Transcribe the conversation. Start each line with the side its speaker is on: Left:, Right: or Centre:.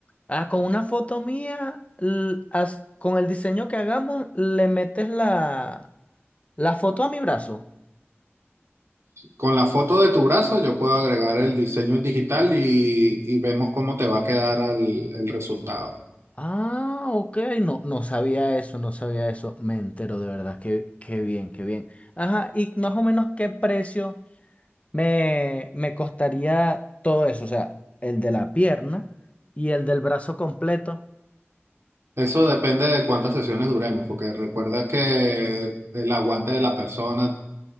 Left: Ah, con una foto mía, l- haz- con el diseño que hagamos, le metes la, la foto a mi brazo.
Right: Con la foto de tu brazo yo puedo agregar el diseño en digital y, y vemos cómo te va a quedar al- el resultado.
Left: Ah, ok, no, no sabía eso, no sabía eso. Me entero de verdad, qué, qué bien, qué bien. Ajá, y más o menos qué precio me, me costaría todo eso, o sea, el de la pierna y el del brazo completo.
Right: Eso depende de cuántas sesiones duremos, porque recuerda que el aguante de la persona